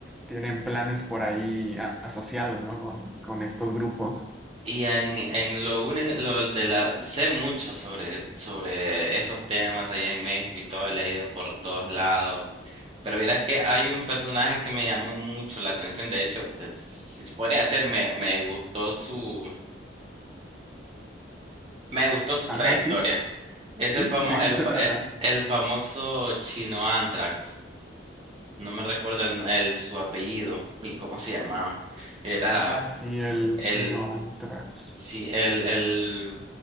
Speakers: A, in the centre; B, on the right (about 30°).
A: tienen planes por ahí a- asociados, ¿no? Con, con estos grupos.
B: Y en, en lo único, lo de la, sé mucho sobre, sobre esos temas allá en México y todo, he leído por todos lados. Pero verás que hay un personaje que me llamó mucho la atención. De hecho, te- si se podría hacer, me, me gustó su, me gustó su
A: Ajá,
B: trayectoria.
A: sí,
B: Es
A: sí.
B: el famo,
A: ¿De
B: el,
A: quién se
B: fa-
A: trata?
B: eh, el famoso Chino Anthrax. No me recuerdo el, el- su apellido ni cómo se llamaba. Era
A: Ah, sí, el
B: el,
A: chino Antrax.
B: Sí, el, el